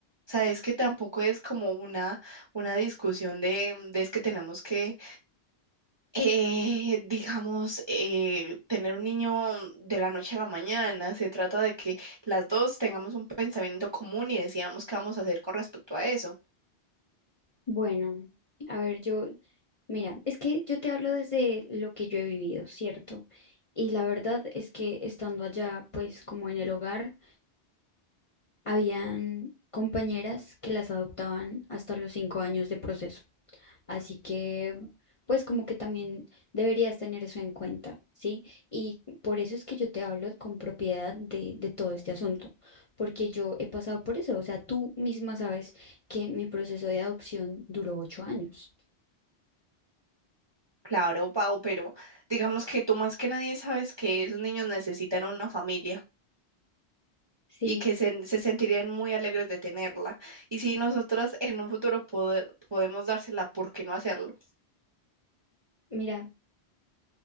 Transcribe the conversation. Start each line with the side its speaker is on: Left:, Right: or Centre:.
Right: Sabes que tampoco es como una, una discusión de, mm, de es que tenemos que eh, digamos, eh, tener un niño de la noche a la mañana. Se trata de que las dos tengamos un pensamiento común y decidamos qué vamos a hacer con respecto a eso.
Left: bueno, a ver, yo, mira, es que yo te hablo desde lo que yo he vivido, ¿cierto? Y la verdad es que estando allá, pues como en el hogar, Habían compañeras que las adoptaban hasta los cinco años de proceso. Así que, pues como que también deberías tener eso en cuenta, ¿sí? Y por eso es que yo te hablo con propiedad de, de todo este asunto, porque yo he pasado por eso. O sea, tú misma sabes que mi proceso de adopción duró ocho años.
Right: Claro, Pau, pero digamos que tú más que nadie sabes que esos niños necesitan una familia
Left: Sí,
Right: y que se, se sentirían muy alegres de tenerla. Y si nosotros en un futuro pode- podemos dársela, ¿por qué no hacerlo?
Left: mira,